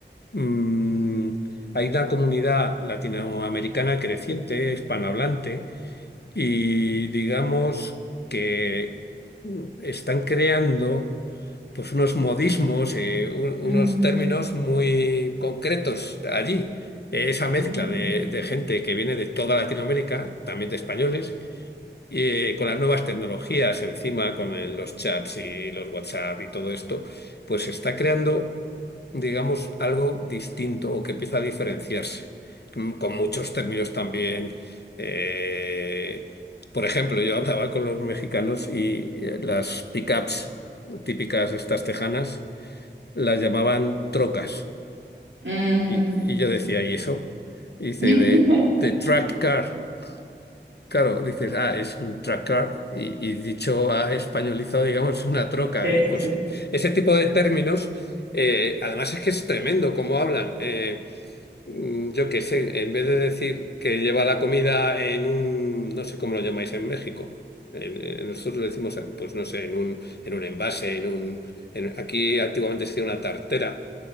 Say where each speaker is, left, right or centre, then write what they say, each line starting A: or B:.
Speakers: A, on the left; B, on the right.
A: Mm, hay una comunidad latinoamericana creciente, hispanohablante, y digamos que mm, están creando pues unos modismos, eh, un- unos
B: Ujú,
A: términos muy concretos allí. Eh, esa mezcla
B: ujú,
A: de, de gente que viene de toda Latinoamérica, también de españoles, eh, con las nuevas tecnologías encima, con el- los chats y los WhatsApp y todo esto, pues se está creando, digamos, algo distinto o que empieza a diferenciarse, con con muchos términos también. eh, por ejemplo, yo hablaba con los mexicanos y eh, las pickups típicas de estas tejanas las llamaban trocas.
B: ujú.
A: Y, y yo decía, ¿y eso? Y dice,
B: <laughs>
A: de, de track car. Claro, dices, ah, es un tracker y, y dicho a españolizado, digamos, <laughs> es una troca.
B: Sí,
A: Y,
B: sí,
A: pues
B: sí.
A: ese tipo de términos, eh, además es que es tremendo cómo hablan. Eh, mm, yo qué sé, en vez de decir que lleva la comida en un, no sé cómo lo llamáis en México, en- en- nosotros decimos, eh, pues no sé, en un, en un envase, en un, en- aquí antiguamente se decía una tartera.